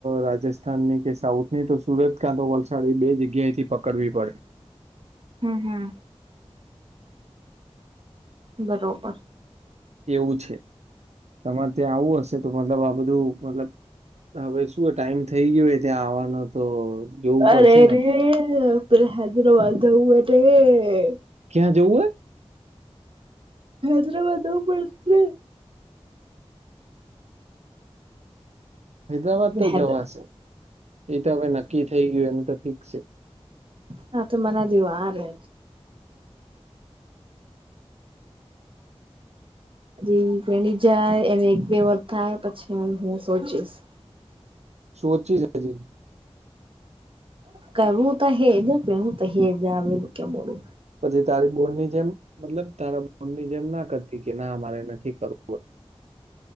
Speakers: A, on the right (about 80°); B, on the right (about 50°).
A: રાજસ્થાનની કે સાઉથ નહી તો સુરત કાં તો વલસાડ એ બે જગ્યાએ થી પકડવી પડે
B: હમ્મ હમ્મ બરોબર
A: એવું છે તમારે ત્યાં આવું હશે તો મતલબ આ બધું મતલબ હવે શું ટાઈમ થઈ ગયો હે ત્યાં આવવાનો તો જોવું
B: અરે
A: પડશે ને
B: રે આપડે હૈદરાબાદ જવું હે રે
A: ક્યાં જવું હે
B: હૈદરાબાદ જઉ પડશે
A: હૈદરાબાદ તો
B: હૈદ
A: જવાશે એ તો હવે નક્કી થઈ ગયું એનું તો ફિકસ છે.
B: હા તો મને હજી વાર હે હમ્મ પએણી જાય એને એક બે વાર થાય પછી હું સોચીશ
A: સોચી જ હજી
B: કરું તો હેજ હું તો હેજ આવેલું કે મોડુ
A: પછી તારી બોનની જેમ મતલબ તારા બોનની જેમ ના કરતી કે ના મારે નથી કરવુ